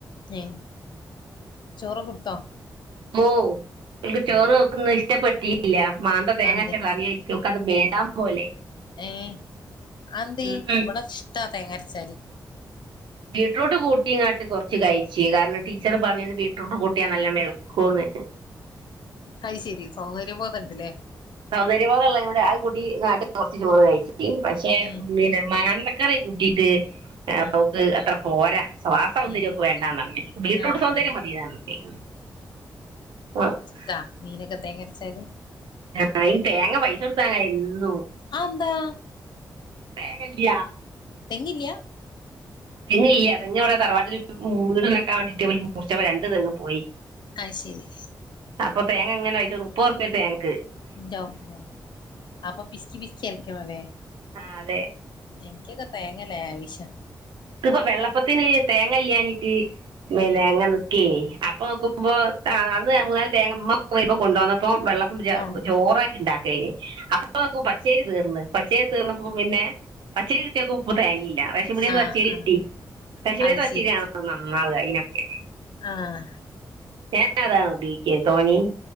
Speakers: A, on the left; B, on the right.
A: ഏ ചോറ്ക്കെ കൊടുത്തോ?
B: ഓഹ് ഓല്ക്ക് ചോറ്
A: ഏഹ്
B: വെക്കുന്നത് ഇഷ്ടപ്പെട്ടില്ല മാന്ത തേങ്ങാച്ച
A: അതെന്തേ
B: കറിയായി ക്ക അത് വേണ്ടാൻ പോലെ.
A: ഏ ആഹെന്തീ
B: ഉം ഉം
A: ഇവിടെ ഇഷ്ടാ തേങ്ങ അരച്ചാല്
B: ബീട്രൂട്ട് കുടിങ്ങാട്ട് കുറച്ച് കഴിച്ച് കാരണം ടീച്ചറ് പറഞ്ഞത് ബീട്രൂട്ട് കൂട്ടിയാ നല്ല വെൾ ക്കുന്ന്
A: അഹ്ശരി സൗര്യ ബോധണ്ട്ല്ലേ.
B: സൗന്ദര്യബോധല്ലടുടെ അഹ് കുട്ടി നാട്ടിൽ കുറച്ച് ചോറ് കഴിച്ചിട്ട്, പക്ഷേ
A: ഏഹ്
B: പിന്നെ മാന്ത ക്കരി കൂട്ടീട്ട് അപ്പ
A: ആഹ്
B: ഒക്ക് അത്ര പോരാ. സ്വാ അഹ് സൗന്ദര്യം
A: ഏഹ്
B: ഒക്ക് വേണ്ടാർന്ന് ബീട്രൂട്ട്
A: ആഹ്
B: സൗന്ദര്യം
A: ആഹ്
B: മതിന്ന് പറ <unintelligible>
A: താ മീനൊക്കെ തേങ്ങ അരച്ചാല്.
B: ആഹ് അയിന് തേങ്ങ പൈസ കൊടുത്താങ്ങൽ എന്നും,
A: അതെന്താ
B: തേങ്ങല്യ
A: തെങ്ങില്ല്യാ
B: തെങ്ങില്ല തെങ്ങ് അവടെ തറവാട് മൂക്കാൻ വേണ്ടിട്ട്ര് മൂർച്ചപ്പോ രണ്ണ്ട് തെങ്ങ് പോയി
A: അത് ശരി
B: അപ്പ തേങ്ങ എങ്ങനെയച്ച മുപൊർപ്പിയെ തേങ്ങ
A: ഇന്റെഅമ്മോ അപ്പൊ പിസ്കി പിസ്കി എർക്കണല്ലേ.
B: ആ അതെ
A: എനിക്കൊക്കെ തേങ്ങല്ലേ ലാവിശ
B: ഇത്പ്പോ വെള്ളപ്പത്തിന് തേങ്ങ ഇല്ലഞ്ഞിട്ട് പിന്നെ
A: ഏഹ്
B: ഇങ്ങനെ അപ്പൊ നോക്കുമ്പോ അന്ന് മൂന്നാല് തേങ്ങമ്മ കൊണ്ടുവന്ന പ്പം വെള്ളപ്പം
A: ആഹ്
B: ജോറക്കി ഉണ്ടാക്കി കഴി അപ്പ നോക്കു പച്ചേരി തീർന്ന്, പച്ചേരി തീർന്നപ്പം പിന്നെ പച്ചേരി കിട്ടിയക്കെ ഉപ്പോ തേങ്ങിയില്ല റേഷൻ പിടിയന്ന്
A: ആഹ്
B: പച്ചിരി കിട്ടി,
A: ആഹ്
B: റേഷൻ
A: അത്
B: പീടിയേത്തേ പച്ചരി
A: ശെരി
B: ആണലോ നന്നാവാ അയിനൊക്കെ?
A: ആഹ്
B: ഞാനതാണ് ഉപയോഗിക്കാ തോനിം